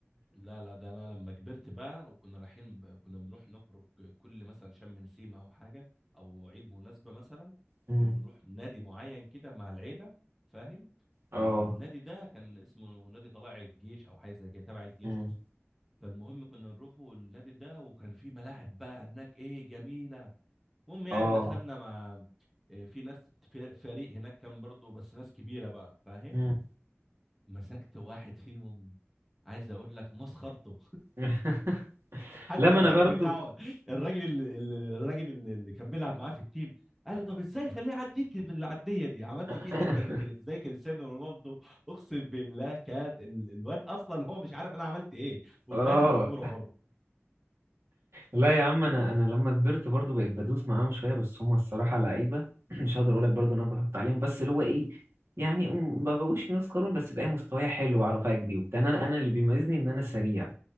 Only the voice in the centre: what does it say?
لا لا ده انا لما كبرت بقى وكنا رايحين ب... كنا بنروح نخرج كل مثلا شم نسيم او حاجه او عيد مناسبه مثلا
بنروح نادي معين كده مع العيله فاهم
النادي ده كان اسمه نادي طلائع الجيش او حاجه زي كده تبع الجيش
اصلا فالمهم كنا نروحوا النادي ده وكان في ملاعب بقى هناك ايه جميله المهم يعني
دخلنا مع إيه، في ناس في فريق هناك كان برضو بس ناس كبيره بقى فاهم
مسكت واحد فيهم عايز اقول لك مسخرته
حتى
الراجل
بتاعه الراجل ال- ال- الراجل ال- اللي كان بيلعب معاه في التيم قال له طب ازاي خليه يعديك بالعديه دي عملت
فيه حته بكري... زي كريستيانو رونالدو اقسم بالله كان ال- الواد اصلا هو مش عارف انا عملت ايه وطلعت
بالكوره برضه